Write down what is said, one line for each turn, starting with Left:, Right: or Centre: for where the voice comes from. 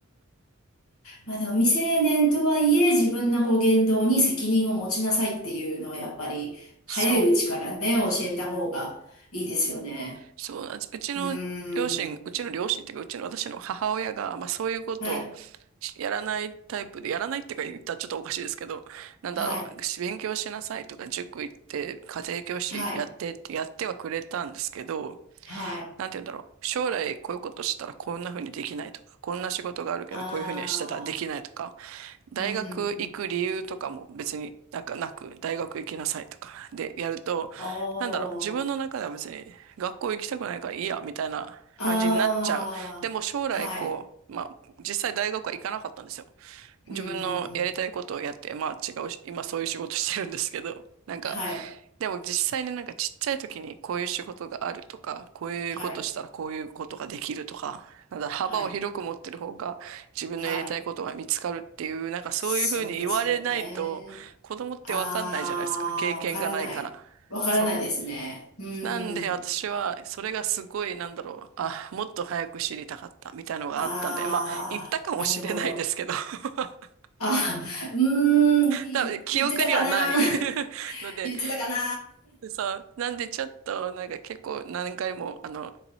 Left: まあでも未成年とはいえ自分のこう言動に責任を持ちなさいっていうのはやっぱり早いうちからね、
Right: そう。
Left: 教えた方がいいですよね。
Right: そうなんです。うちの両親、
Left: うん。
Right: うちの両親っていうか、うちの私の母親が、まあそういうことを
Left: はい、
Right: しやらないタイプで、やらないっていうか言ったらちょっとおかしいですけど、なんだろう、
Left: はい、
Right: し勉強しなさいとか、塾行って、家庭教師やってってやってはくれたんですけど、
Left: はい、はい。
Right: なんて言うんだろう、将来こういうことしたらこんな風にできないとか、こんな仕事があるけどこういう風にはしてたらできないとか、
Left: ああ、
Right: 大学行く理由とかも別になんかなく、
Left: うん、うん、うん。
Right: 大学行きなさいとかでやると、
Left: お
Right: なんだろう、自分の中では別に学校行きたくないからいいや、
Left: ー、
Right: みたいな感じになっちゃう。
Left: ああ、
Right: でも将来こう、
Left: はい、
Right: まあ実際大学は行かなかったんですよ。自分のやりたいことをやって、
Left: うん、うん、うん。
Right: まあ違うし、今そういう仕事してるんですけど、なんか
Left: はい、
Right: でも実際になんかちっちゃい時にこういう仕事があるとか、こういうことしたらこういうことができるとか、
Left: はい、
Right: なんだ、幅を広く持ってる方が自分のやりたいことが見つかるっていう、
Left: はい、はい。
Right: なんかそういうふうに言われないと子供ってわかんないじゃないですか。
Left: そうですよね。ああ、
Right: 経験がないから。
Left: わからない。わからないですね。
Right: そう。
Left: うーん。
Right: なんで私はそれがすごいなんだろう。あ、もっと早く知りたかったみたいなのがあったんで、
Left: ああ、
Right: まあ言ったかもしれないですけど、
Left: なるほど。
Right: <laughs>
Left: あ、うーん、言、
Right: 多分記憶にはない
Left: 言ってたかな <laughs>
Right: <laughs> ので、
Left: 言ってたかな
Right: でさ、なんでちょっと、なんか結構何回も、あの、